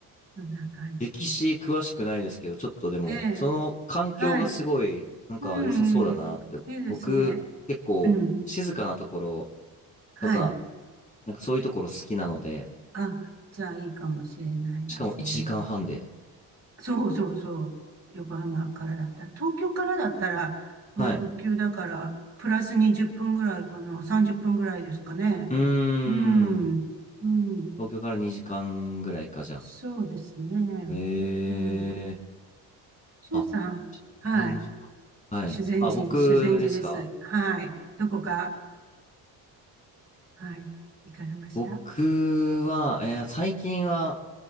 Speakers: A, on the right; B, on the left.
A: そんな感じです。
B: 歴史詳しくないですけど、ちょっとでも、
A: ええ、
B: その環境がすごい、
A: はい。
B: なんか良さそうだなって、
A: うん、うん、いいですね。
B: 僕、結構、
A: うん、
B: 静かなところ
A: はい。
B: とか、なんかそういうところ好きなので、
A: あ、じゃあいいかもしれないですね。
B: しかも1時間半で。
A: そうそうそう。横浜からだったら。東京からだったら、まあ特急だから、
B: はい。
A: プラス20分ぐらいかな。30分ぐらいですかね。
B: うーん。
A: うん。うん。
B: 東京から2時間ぐらいか、じゃ
A: そうですね。
B: あ。えー。
A: えー、しゅんさん。
B: あ、
A: はい。
B: 全時間。はい。
A: 修善寺、
B: あ、僕ですか
A: 修善寺です。はい。どこか、はい。行かれました
B: 僕は、えー最近は